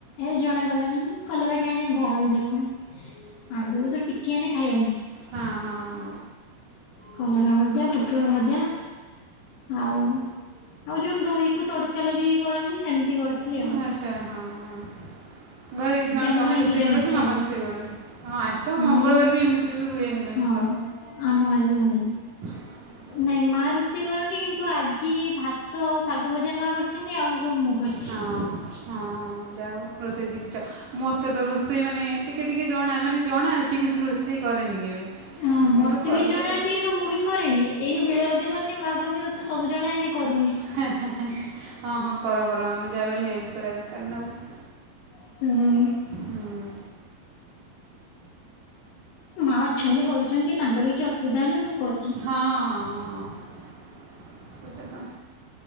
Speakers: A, on the left (about 80°); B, on the right (about 60°).
A: ଏ ଜଣାଗଲାଣି କଲରା ଖାଇନେ ଭଲ ଦେହ ପାଇଁ ଆଗରୁ ତ ଟିକେ ହେନେ ଖାଏନି।
B: ହଁ ହଁଁ।
A: କଲରା ଭଜା ପୁଟଳ ଭଜା ଆଉ ଆଉ ଯୋଉ ଦହିକୁ ତଡ଼କା ଲଗେଇକି କରନ୍ତି ସେମିତି କରିଥିଲି
B: ଗୋଟେ
A: ଆଉ।
B: ହୁଏ। ଆଚ୍ଛା ହଁ ହଁ, ଘରେ
A: ଆଜି
B: କଣ
A: ଆମ
B: ତୁମେ
A: ଘରେ
B: ରୋଷେଇ
A: ନିରାମିଷ
B: କର କି ମାମା
A: ଆଉ
B: ରୋଷେଇ କରନ୍ତି? ହଁ ଆଜି ତ ମଙ୍ଗଳବାର
A: ନାଇଁ
B: ବି ଏମିତିରେ ବି ହୁଏନି ଆମିଷ।
A: ହଁ ଆମ ଘରେ ବି ହୁଏନି।
B: ହ
A: ନାଇଁ ମା ରୋଷେଇ କରନ୍ତି କିନ୍ତୁ ଆଜି ଭାତ ଆଉ ଶାଗ ଭଜା ମା କରିଚନ୍ତି ଆଉ ସବୁ ମୁଁ କରିଛି।
B: ହଁ ହଁ ଯାଉ ରୋଷେଇ ଶିଖିଚ ମତେ ତ ରୋଷେଇ ମାନେ ଟିକେ ଟିକେ ଜଣା ମାନେ ଜଣା ଅଛି କିନ୍ତୁ ରୋଷେଇ କରେନି କେବେ।
A: ହଁ ମତେ
B: କିନ୍ତୁ କଲେ
A: ବି ଜଣା ଅଛି କିନ୍ତୁ ମୁଁ ବି କରେନି, ଏଇ ବେଳେ ବେଳେ କରିନି ମାଆ କହନ୍ତି <unintelligible> ସବୁ ଜଣା ହେ କରୁନି
B: ହଁ ହଁ ହଁ କର କର ମୁଁ ଯାହା ବି ହେଲେ ହେଲ୍ପ କରିବା ଦରକାର ନା ଆଉ।
A: ହୁଁ।
B: ହୁଁ
A: ମା ଅଛନ୍ତି କରୁଚନ୍ତି ତାଙ୍କର କିଛି ଅସୁବିଧା ହେ ନା ମୁଁ କରିଦିଏ।
B: ହଁ ହଁ ହଁ। ତ